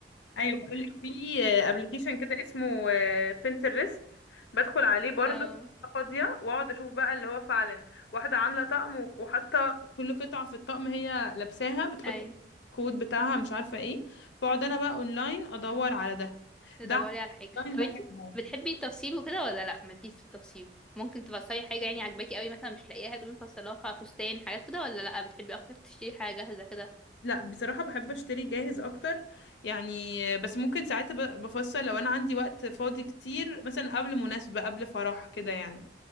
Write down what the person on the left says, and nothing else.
ايوه <laughs> بقول لك في ابلكيشن كده اسمه بنترست بدخل عليه
برضو
فاضيه واقعد اشوف بقى اللي هو فعلا واحده عامله طقم و- وحاطه كل قطعه في الطقم هي لابساها بتحط
الكود بتاعها مش عارفه ايه فاقعد انا بقى اونلاين ادور على ده
ده
اونلاين
بحبه
لا بصراحه بحب اشتري جاهز اكتر يعني آه، بس ممكن ساعات ب- بفصل لو انا عندي وقت فاضي كتير مثلا قبل مناسبه قبل فرح كده يعني